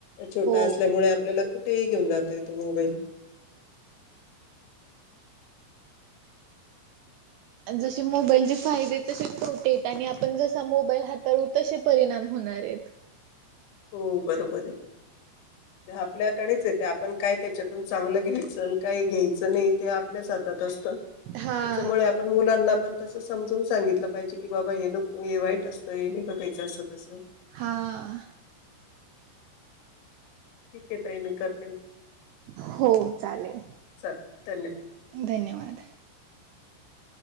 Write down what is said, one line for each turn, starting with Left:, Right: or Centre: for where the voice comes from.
Left: छोटा
Right: हो
Left: असल्यामुळे आपल्यालाकुठ कुठेही घेऊन जाता येतो मोबाईल
Right: जसे मोबाईलचे फायदे तसे तोटे आणि आपण जसा मोबाईल हाताळू तसे परिणाम हो होणार आहेत
Left: हो बरोबर आहे जे आपल्याकडेच आहे ते आपण काय त्याच्यातून चांगलं घ्यायचं काही घ्यायचं नाही ते आपल्या च हाता असत त्याच्यामुळे
Right: हा
Left: आप मुलांना पण तस समजून सांगितलं पाहिजे की बाबा हे नको हे वाईट असतं हे नाही बघायचं असं तसं
Right: हा
Left: <inaudible> ठीक आहे ताई मी कर
Right: हो चालेल
Left: चालेल धन्यवाद
Right: धन्यवाद.
Left: <unintelligible>